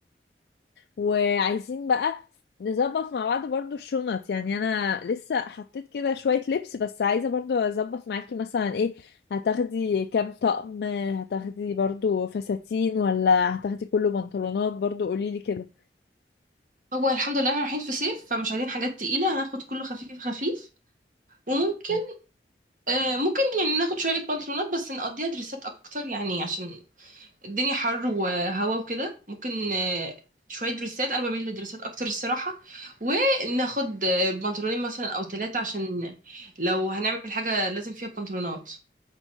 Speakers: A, on the left; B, on the right.
A: وعايزين بقى نظبط مع بعض برضو الشنط يعني انا لسه حطيت كده شوية لبس بس عايزة برضو اظبط معاكي مثلا ايه هتاخدي كام طقم هتاخدي برضو فساتين ولا هتاخدي كله بنطلونات برضو قوليلي كده
B: هو الحمد لله احنا رايحين في صيف فمش عايزين حاجات تقيله هناخد كله خفيف خفيف وممكن
A: مم.
B: آه ممكن يعني ناخد شويه بنطلونات بس نقضيها دريسات اكتر يعني عشان الدنيا حر وهوا وكده ممكن آه، شوية دريسات أنا بميل للدريسات أكتر الصراحة وناخد آه، بنطلونين مثلا أو ثلاثة عشان لو هنعمل حاجة لازم فيها بنطلونات